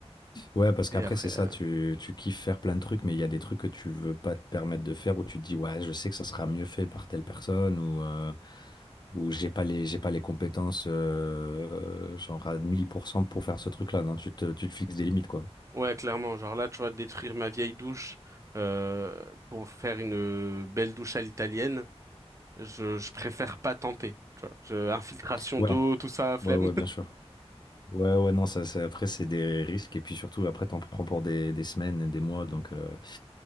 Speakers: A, on the left (about 40°); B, on the right (about 30°).
A: Ouais, parce qu'après,
B: Et après...
A: c'est ça,
B: euh,
A: tu, tu kiffes faire plein de trucs, mais il y a des trucs que tu veux pas te permettre de faire où tu te dis, ouais, je sais que ça sera mieux fait par telle personne ou, euh, ou j'ai pas les, j'ai pas les compétences, euh, genre à 1000% pour faire ce truc-là. Non, tu te, tu te fixes des limites, quoi.
B: Ouais, clairement. Genre là, tu vois, détruire ma vieille douche euh, pour faire une euh, belle douche à l'italienne, je, je préfère pas tenter. Tu vois, je, infiltration
A: Ouais,
B: d'eau, tout ça, flemme.
A: ouais, ouais, bien sûr. Ouais, ouais, non, ça, ça- après, c'est des risques et puis surtout, après, t'en prends pour des, des semaines et des mois, donc euh,